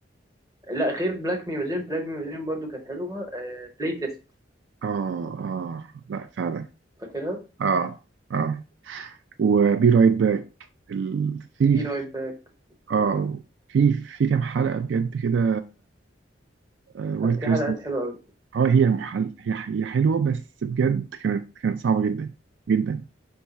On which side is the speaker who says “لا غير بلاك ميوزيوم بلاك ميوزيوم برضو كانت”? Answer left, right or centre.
Right